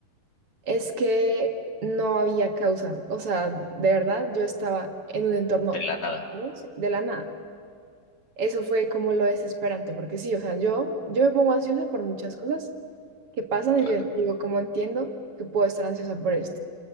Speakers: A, on the right; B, on the left.
A: Es que no había causa, o sea, de verdad yo estaba en un entorno
B: de la nada,
A: ¿no? de la nada. Eso fue como lo desesperante, porque sí, o sea, yo, yo me pongo ansiosa por muchas cosas que pasan
B: claro.
A: y yo digo, como entiendo que puedo estar ansiosa por esto.